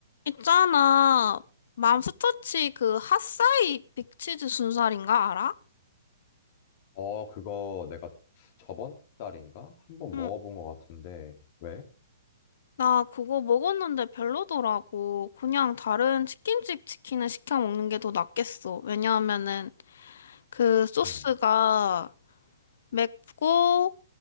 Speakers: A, on the left (about 65°); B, on the left (about 45°).
A: 있잖아. 맘스터치 그 핫사이 빅치즈 순살인가 알아?
B: 어, 그거 내가 저번 달인가? 한 번
A: 응.
B: 먹어본 것 같은데, 왜?
A: 나 그거 먹었는데 별로더라고. 그냥 다른 치킨집 치킨을 시켜 먹는 게 더 낫겠어. 왜냐하면은 그 소스가
B: 음,
A: 맵고